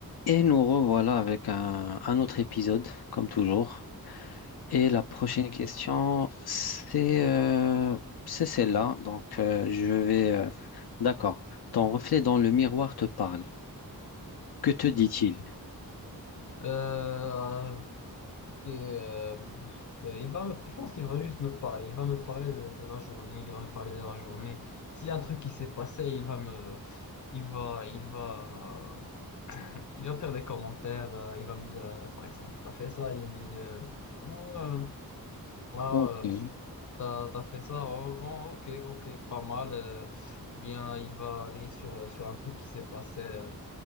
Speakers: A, on the left (about 80°); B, on the left (about 50°).
A: Et nous revoilà avec un, un autre épisode, comme toujours. Et la prochaine
B: Ok.
A: question, c'est euh, c'est celle-là. Donc, euh, je vais... euh, D'accord. Ton reflet dans le miroir te parle. Que te dit-il?
B: Euh, ok, euh, euh, il va me, je pense qu'il va juste me parler. Il va me parler de, de la journée. Il va me parler de la journée. S'il y a un truc qui s'est passé, il va me, il va, il va, il va faire des commentaires. euh, il va me dire, euh, par exemple, t'as fait ça. Il me dit, euh, Oh, euh, ah,
A: Ok.
B: euh, t'as, t'as fait ça. Oh, bon, ok, ok, pas mal. euh. ou bien il va rire sur, euh, sur un truc qui s'est passé. euh.